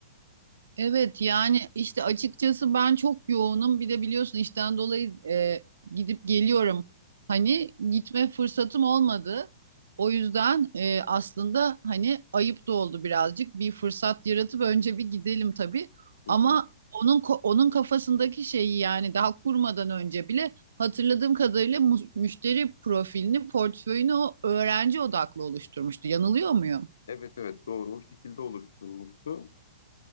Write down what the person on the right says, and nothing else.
Evet yani işte açıkçası ben çok yoğunum. Bir de biliyorsun işten dolayı e, gidip geliyorum. Hani gitme fırsatım olmadı. O yüzden e, aslında hani ayıp da oldu birazcık. Bir fırsat yaratıp önce bir gidelim tabii.
Ama
onun ko- onun kafasındaki şeyi yani daha kurmadan önce bile hatırladığım kadarıyla mu- müşteri profilini, portföyünü o öğrenci odaklı oluşturmuştu. Yanılıyor muyum?